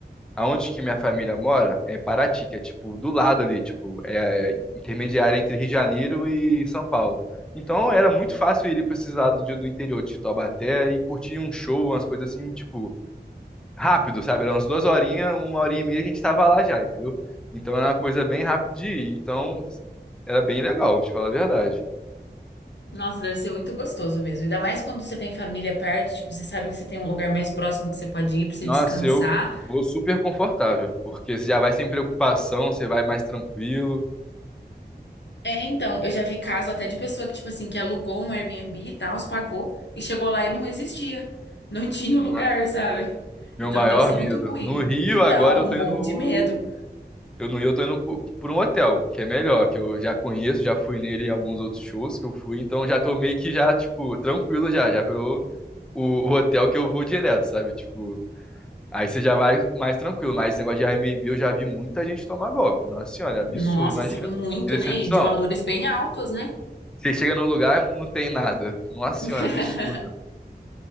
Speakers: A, in the centre; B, on the left.
A: aonde que minha família mora é em Paraty, que é tipo do lado ali, tipo, é intermediária entre Rio de Janeiro e São Paulo. Então era muito fácil ir para esses lados de- do interior de Taubaté e curtir um show, umas coisas assim, tipo, rápido, sabe? Era umas duas horinhas, uma horinha e meia a gente tava lá já, entendeu? Então era uma coisa bem rápida de ir. Então era bem legal, te falar a verdade.
B: Nossa, deve ser muito gostoso mesmo. Ainda mais quando você tem família perto, tipo, você sabe que você tem um lugar mais próximo que você pode ir pra você
A: Nossa,
B: descansar.
A: eu vou super confortável, porque você já vai sem preocupação, você vai mais tranquilo.
B: É, então, eu já vi caso até de pessoa que, tipo assim, que alugou um Airbnb e tal, os pagou e chegou lá e não existia. Não <laughs> tinha
A: Ah,
B: o lugar, sabe?
A: Meu
B: Então
A: maior
B: deve ser muito
A: medo.
B: ruim.
A: No Rio,
B: Então,
A: agora
B: eu
A: eu
B: morro
A: tô indo.
B: de medo.
A: Eu no Rio, eu tô indo por por um hotel, que é melhor, que eu já conheço, já fui nele em alguns outros shows que eu fui, então já tô meio que já, tipo, tranquilo já, já virou o, o hotel que eu vou direto, sabe? Tipo, Aí você já vai mais tranquilo. Mas esse negócio de Airbnb eu já vi muita gente tomar golpe. Nossa senhora, é absurdo,
B: Nossa,
A: imagina.
B: assim, muito,
A: Que decepção.
B: né? E de valores bem altos, né?
A: Você chega no lugar, não tem nada. Nossa senhora,
B: <laughs>
A: absurdo.